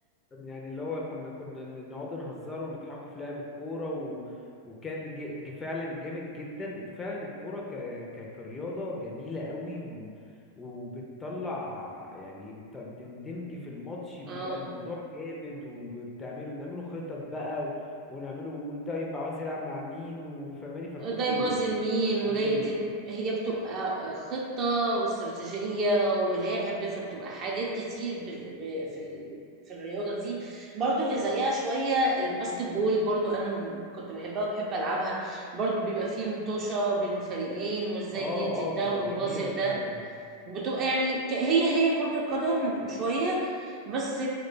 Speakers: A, on the left; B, on the right.
A: يعني اللي هو كنا كنا نقعد نهزر ونضحكوا في لعب الكورة و... وكان ج... ج- فعلا جامد جدا وفعلا الكورة ك... ك... كرياضة جميلة قوي و... وبتطلع يعني بت... بتندمجي في الماتش بيبقى
B: اه
A: الموضوع جامد وبتعمله بنعمله خطط بقى و... ونعمله وده يبقى عاوز يلعب مع مين وفهماني فبتبقى
B: ده يبوظ
A: ال... ال-
B: المين وده
A: جميلة
B: يدي هي بتبقى خطة واستراتيجية ولعب فبتبقى حاجات كتير ب... ب... في ال... في الرياضة دي برضو اللي زيها شوية الباسكت بول برضو أنا كنت بحبها وبحب ألعبها برضو بيبقى فيه مطوشة بين فريقين وازاي
A: اه
B: ندي ده
A: اه بتبقى
B: ونبازل
A: جميلة فعلا
B: ده بتبقى يعني ك- هي هي كرة القدم شوية بس